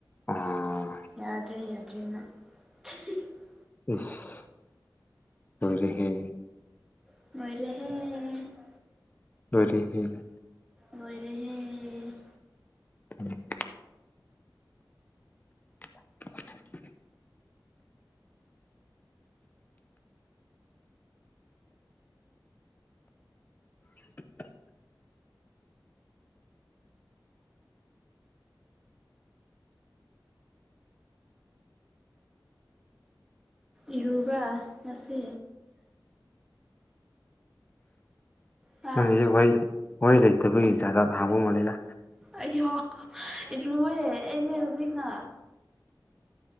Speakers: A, on the left; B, in the centre.
A: ꯑꯥ
B: ꯌꯥꯗ꯭ꯔꯦ ꯌꯥꯗ꯭ꯔꯦ ꯅꯪ ꯎ <unintelligible>
A: ꯏꯁ ꯂꯥꯏꯔꯍꯦ
B: ꯂꫭꯏꯔꯍꯦ
A: ꯂꯣꯏꯔꯤ ꯗ
B: ꯂꫭꯏꯔꯍꯦ
A: ꯎꯝ <unintelligible> <unintelligible>
B: ꯏꯔꯨꯕꯔ ꯉꯁꯤ ꯍꯥ
A: ꯅꯪꯒꯤꯖ ꯋꯥꯔꯤ ꯋꯔꯤ ꯂꯩꯇꯕꯤ ꯖꯥꯇ-ꯖꯥꯇ ꯊꯪꯕ ꯃꯂ‌ꯦꯗ
B: ꯑꯩꯁꯨꯍ ꯏꯔꯨꯋ‌ꯦ ꯍꯧꯖꯤꯛꯅ